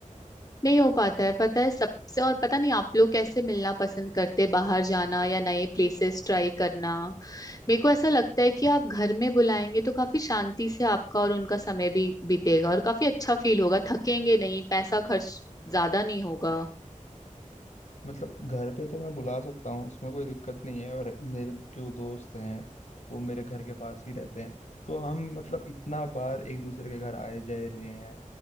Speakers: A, on the left; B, on the left.
A: नहीं हो पाता है पता है सबसे और पता नहीं आप लोग कैसे मिलना पसंद करते बाहर जाना या नए प्लेसेस ट्राई करना मेरे को ऐसा लगता है कि आप घर में बुलाएंगे तो काफी शांति से आपका और उनका समय भी बीतेगा और काफी अच्छा फील होगा थकेंगे नहीं पैसा खर्च ज्यादा नहीं होगा
B: मतलब घर पे तो मैं बुला सकता हूँ उसमें कोई दिक्कत नहीं है और मेरे जो दोस्त हैं वो मेरे घर के पास ही रहते हैं तो हम मतलब इतना बार एक दूसरे के घर आए जाए रहे हैं